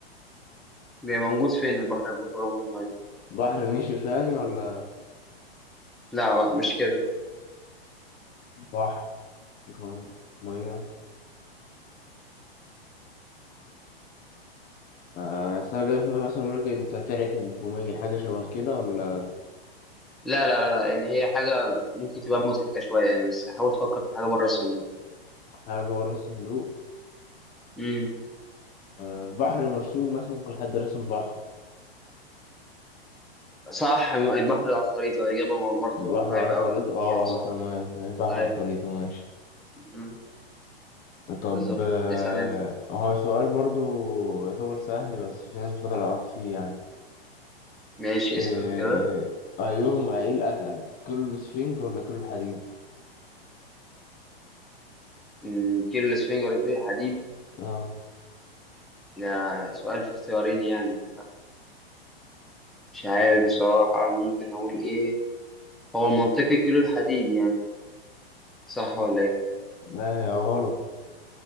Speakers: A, in the centre; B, on the left.
A: بيبقى موجود فين البحر اللي ما فيهوش ولا نقطة مية
B: بحر نشف يعني ولا
A: لا لا مش كده
B: بحر مفيش نقطة مية آه، أصل أنا جاي في دماغي مثلا يقول لك أنت ترعة المفهومية حاجة شبه كده ولا
A: لا لا لا لا، يعني هي حاجة ممكن تبقى مضحكة شوية يعني بس حاول تفكر في حاجة بره الصندوق
B: حاجة ورا الصندوق
A: امم
B: آه، بحر مرسوم مثلا ممكن حد رسم بحر
A: صح البحر على الخريطة إجابة برضو
B: بحر
A: قريبة
B: على الخريطة
A: أوي من
B: اه
A: الإجابة الصح
B: تمام بحر
A: أيوة
B: على الخريطة ماشي
A: امم
B: طب
A: بالظبط
B: آه،
A: اسأل أنت
B: هو سؤال برضو يعتبر سهل بس في ناس بتغلط فيه يعني
A: ماشي
B: آه،
A: اسأل كده
B: أيهم ايه الأتقل كيلو السفنج ولا كيلو الحديد
A: امم كيلو الإسفنجة ولا كيلو الحديد
B: اه
A: ده سؤال في اختيارين يعني مش عارف بصراحة ممكن أقول إيه هو منطقي كيلو الحديد يعني صح ولا إيه
B: لا هي غلط